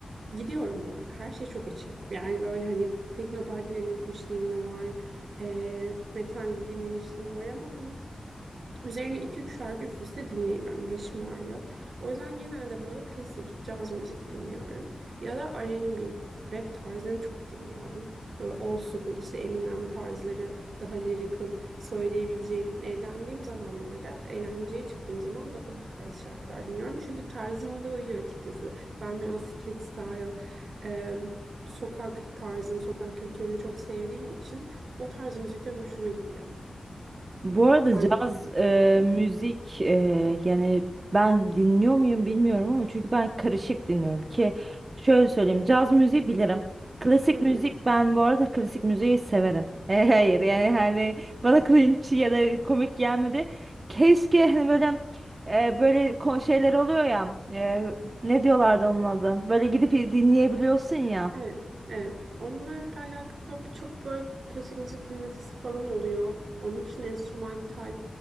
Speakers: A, on the right; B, on the right.
A: Gidiyorum bu arada. Her şeye çok açığım. Yani böyle hani tekno partilerine gitmişliğim de var. eee metal de dinlemişliğim var ama hani Üzerine iki üç şarkı üst üste dinleyemiyorum. Başım ağrıyor. O yüzden genelde böyle klasik caz müzik dinliyorum. Ya da R&B, rap tarzını çok dinliyorum. Böyle old school işte Eminem tarzları daha lyrical söyleyebileceğim. Eğlendiğim zamanlarda, eğlenceye çıktığım zaman daha bu tarz şarkılar dinliyorum. Çünkü tarzıma da uyuyor açıkçası. Ben biraz street style, em, sokak tarzını, sokak kültürünü çok sevdiğim için o tarz müzikler hoşuma gidiyor.
B: Bu arada
A: Sen
B: caz
A: dinliyor
B: e,
A: musun?
B: müzik e, yani ben dinliyor muyum bilmiyorum ama çünkü ben karışık dinliyorum ki şöyle söyleyeyim caz müziği bilirim. Klasik
A: Hı
B: müzik
A: hı,
B: ben bu arada klasik müziği severim. <laughs> E, hayır
A: hı hı.
B: yani hani bana cringe ya da komik gelmedi. Keşke hani böyle e, böyle ko- şeyler oluyor ya e, ne diyorlardı onun adı? Böyle gidip dinleyebiliyorsun ya.
A: Evet, evet. Onlarla alakalı böyle birçok böyle klasik müzik dinletisi falan oluyor. Onun dışında enstrümantal